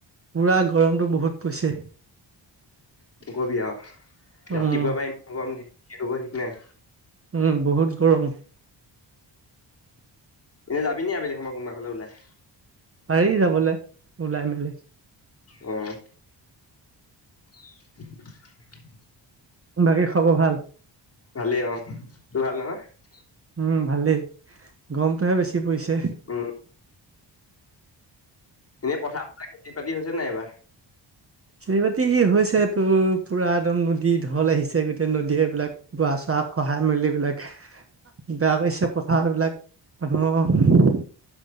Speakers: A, on the right; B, on the left.
A: পুৰা গৰমটো বহুত পৰিছে।
B: কি কবি আও
A: উম,
B: ৰাতিপুৱাৰ পৰা ইমান গৰম দিনত কি হ'ব ঠিক নাই।
A: উম বহুত গৰম
B: এনেই যাবিনি আবেলি সমৰ কোনোবা ফালে ওলাই
A: পাৰি যাবলৈ ওলাই মেলি
B: উম <unintelligible>
A: বাকী খবৰ ভাল
B: ভালেই অ তোৰ ভাল নহয়
A: উম ভালেই গমটোহে বেছি পৰিছে
B: উম এনে পথাৰ খেতি হৈছে নাইবা
A: খেতি বাতি হৈছে তো পুৰা একদম নদী ঢল আহিছে গোটেই নদীয়ে এইবিলাক গোৱা চোৱা সহায় মিলিবিলাক বেয়া কৰিছে পথাৰবিলাক মানুহৰ